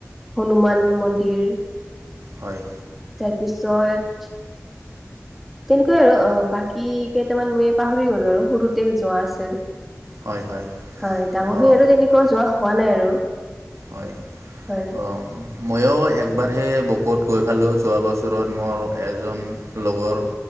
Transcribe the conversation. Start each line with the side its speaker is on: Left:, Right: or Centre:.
Centre: হনুমান মন্দিৰ
Right: হয়
Centre: তাৰ পিছত তেনেকুৱাই আৰু অ বাকী কেইটামান মই পাহৰি গ'লো আৰু সৰুতে যোৱা আছিল।
Right: হয় হয়
Centre: হয় ডাঙৰ
Right: অঁ
Centre: হৈ আৰু তেনেকুৱা যোৱা হোৱা নাই আৰু।
Right: হয়
Centre: হয়
Right: অ মইও একবাৰহে বকোত গৈ পালো যোৱা বছৰত মোৰ এজন লগৰ